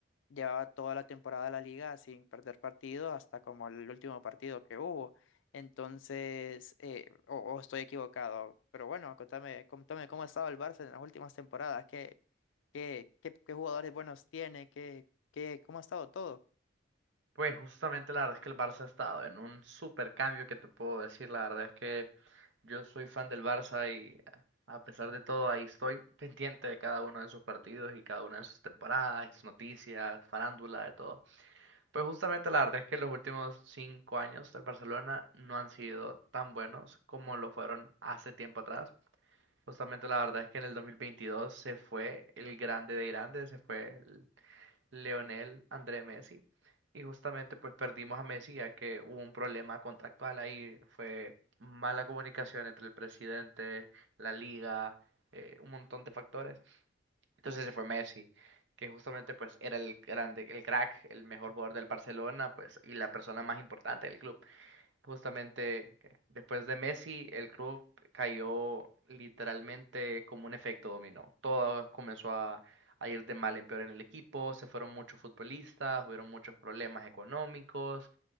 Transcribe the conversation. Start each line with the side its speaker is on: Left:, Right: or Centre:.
Left: llevaba toda la temporada de la liga sin perder partido hasta como el último partido que hubo. Entonces, eh, o, o estoy equivocado, pero bueno, contame, contame cómo ha estado el Barça en las últimas temporadas, qué, qué, qué, qué jugadores buenos tiene, qué, qué, cómo ha estado todo.
Right: Pues justamente la verdad es que el Barça ha estado en un super cambio que te puedo decir. La verdad es que yo soy fan del Barça y a pesar de todo ahí estoy pendiente de cada uno de sus partidos y cada una de sus temporadas, sus noticias, farándula, de todo. Pues justamente la verdad es que los últimos cinco años del Barcelona no han sido tan buenos como lo fueron hace tiempo atrás. Justamente la verdad es que en el 2022 se fue el grande de grandes, se fue Leonel, André Messi. Y justamente pues perdimos a Messi ya que hubo un problema contractual ahí. Fue mala comunicación entre el presidente, la liga, eh, un montón de factores. Entonces se fue Messi, que justamente pues era el grande, el crack, el mejor jugador del Barcelona, pues, y la persona más importante del club. Justamente eh, después de Messi, el club cayó literalmente como un efecto dominó. Todo comenzó a, a ir de mal en peor en el equipo, se fueron muchos futbolistas, hubieron muchos problemas económicos,